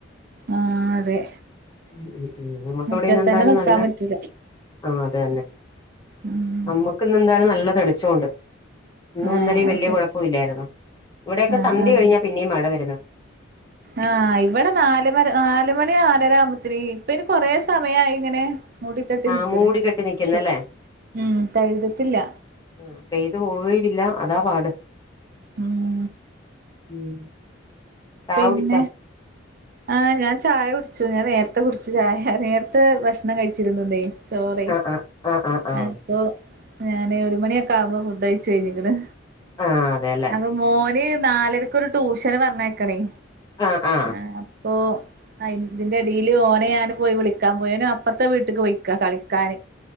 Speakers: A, on the right (about 50°); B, on the left (about 20°).
A: ആഹ് അതെ
B: <inaudible> ഉം നമ്മക്ക്
A: മുറ്റത്തന്നെ
B: ഇവിടെ എന്തായാലും
A: നിക്കാൻ
B: നല്ല
A: പറ്റൂല
B: ആഹ് അതന്നെ
A: ഉം
B: നമ്മുക്ക് ഇന്ന് എന്തായാലും നല്ല തെളിച്ചം ഉണ്ട് ഇന്നും
A: ഏഹ്
B: ഇന്നലും
A: അത്
B: വലിയ
A: ശരി
B: കുഴപ്പം ഇില്ലായിരുന്നു ഇവിടെൊക്കെ
A: ആഹ്
B: സന്ധ്യ
A: ആഹ്
B: കഴിഞ്ഞാൽ പിന്നെയും അവിടെ വരുന്നു
A: ആഹ് ഇവിടെ നല് മ നാലുമണി നാലര ആവുമ്പത്തിന് ഇപ്പം ഇനി കൊറേ സമയായി ഇങ്ങനെ മൂടിക്കട്ടി
B: ആ
A: നിക്കന്
B: മൂടി കെട്ടി നിക്കുന്നല്ലേ
A: പക്ഷെ ഉം പെഴുതിട്ടില്ല
B: ഉം ചെയ്ത് പോവുകയില്ല അതാ പാട്
A: ഉം
B: ഉം ചായ
A: പിന്നെ
B: കുടിച്ചാ
A: ആഹ് ഞാൻ ചായ കുടിച്ചു ഞാൻ നേരത്തെ കുടിച്ചു ചായ നേരത്തെ ഭക്ഷണം കഴിച്ചിരുന്നു ഇന്നേ സോറി
B: ആ ആ ആ ആ ആ
A: അപ്പൊ ഞാന് ഒരു മണിയൊക്കെ ആവുമ്പോ ഫുഡ് അഴിച്ച് കഴിഞ്ഞക്ക്ണ്
B: ആ അതെല്ലേ
A: അപ്പൊ മോന് നാലരക്കൊരു ട്യൂഷന് പറഞ്ഞയക്കണേ
B: ആ ആ
A: ആഹ് അപ്പൊ ആഹ് ഇതിന്റെ എടീൽ ഓനെ ഞാന് പോയി വിളിക്കാൻ പോയി ഓന് അപ്പർത്തെ വീട്ട്ക്ക് പൊയിക്കാ കളിക്കാന്.